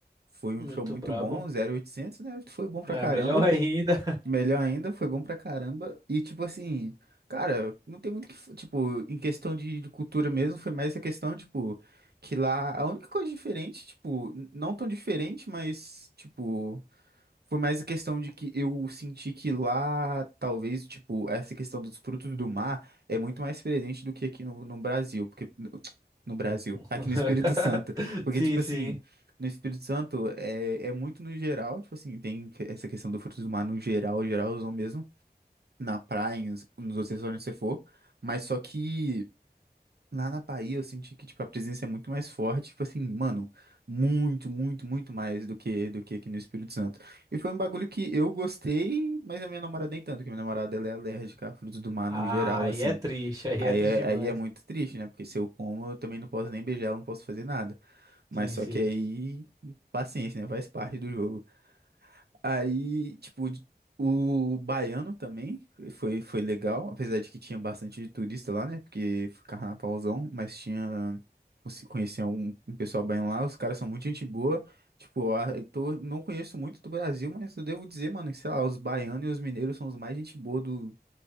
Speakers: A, on the right; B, on the right.
A: foi um
B: Muito
A: show muito
B: brabo.
A: bom, zero oitocentos né? Foi bom pra
B: É,
A: caramba.
B: melhor ainda.
A: Melhor ainda, foi bom pra caramba. E, tipo assim, cara, não tem muito que. f- Tipo, em questão de, de cultura mesmo, foi mais essa questão, tipo, que lá a única coisa diferente, tipo, n- não tão diferente, mas, tipo. Foi mais a questão de que eu senti que lá, talvez, tipo, essa questão dos frutos do mar é muito mais presente do que aqui no, no Brasil, porque no, <tsk> no Brasil,
B: <laughs>
A: aqui no Espírito Santo, porque,
B: Sim,
A: tipo assim,
B: sim.
A: no Espírito Santo é, é muito no geral, tipo assim, tem essa questão do frutos do mar no geral, geralzão mesmo, na praia, nos, nos outros restaurantes que você for, mas só que Lá na Bahia, eu senti que, tipo, a presença é muito mais forte, tipo assim, mano, muito, muito, muito mais do que do que aqui no Espírito Santo. E foi um bagulho que eu gostei, mas a minha namorada nem tanto, que minha namorada, ela é alérgica a frutos do mar
B: Ah,
A: no geral,
B: aí
A: assim.
B: é triste, aí
A: Aí
B: é triste
A: é,
B: demais.
A: aí é muito triste, né? Porque se eu como, eu também não posso nem beijar ela, não posso fazer nada. Mas
B: Sim,
A: só
B: sim.
A: que aí, paciência, né? Faz parte do jogo. Aí, tipo, o baiano também foi, foi legal, apesar de que tinha bastante turista lá, né? Porque foi carnavalzão, mas tinha. conheci- Conheci um, um pessoal baiano lá, os caras são muito gente boa. Tipo, a- eu tô, não conheço muito do Brasil, mas eu devo dizer, mano, que sei lá, os baianos e os mineiros são os mais gente boa do,